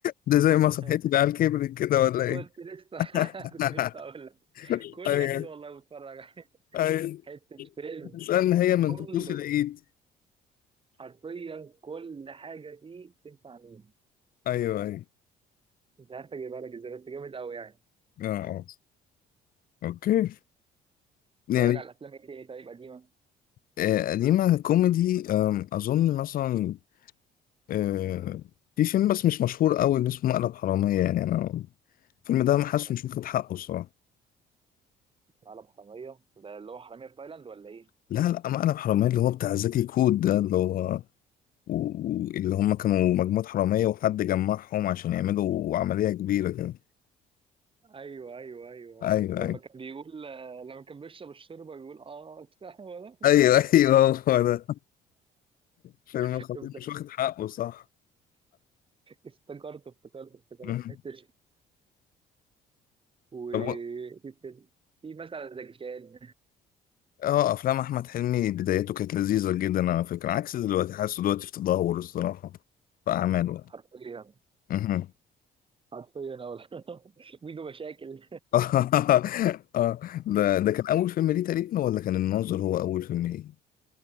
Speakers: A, on the left (about 55°); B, on the right (about 30°).
A: ده زي ما
B: <laughs>
A: صحيت العيال كبرت كده ولا ايه
B: كنت لسه <laughs>
A: <laughs>
B: كنت لسه اقول لك كل
A: ايوه
B: عيد والله بتفرج عليه
A: ايوه
B: حتة فيلم
A: استنى هي من
B: كله
A: طقوس العيد
B: حرفيا كل حاجة فيه تنفع مين
A: ايوه ايوه
B: مش عارف اجيبها لك ازاي بس جامد قوي يعني
A: اه آه. اوكي يعني
B: بتفرج على افلام ايه تاني طيب قديمة
A: آه، قديمة كوميدي آم، أظن مثلا آه، في فيلم بس مش مشهور أوي اللي اسمه مقلب حرامية يعني أنا الفيلم ده ما
B: على
A: حاسه مش واخد حقه الصراحة
B: على حرامية ده اللي هو حرامية في تايلاند ولا ايه؟
A: لا لا مقلب حرامية اللي هو بتاع زكي كود ده اللي هو و- و- اللي هم كانوا مجموعة حرامية وحد جمعهم عشان يعملوا عملية كبيرة كده
B: ايوه ايوه ايوه
A: أيوه
B: ايوه لما
A: أيوه
B: كان بيقول لما كان بيشرب الشوربه بيقول اه بتاع ولا
A: أيوه <laughs> أيوه هو ده فيلم
B: <laughs>
A: خطير
B: شفت؟
A: مش واخد حقه صح
B: افتكرت افتكرت افتكرت
A: مم.
B: حته وفي
A: طب
B: فيلم في مثلا زكي شان
A: اه افلام احمد حلمي بدايته كانت لذيذه جدا على فكره عكس دلوقتي حاسه دلوقتي في تدهور الصراحه في اعماله يعني
B: حرفيا
A: مهم.
B: حرفيا او <laughs> ميدو مشاكل
A: <laughs> اه ده ده كان اول فيلم ليه تقريبا ولا كان الناظر هو اول فيلم ليه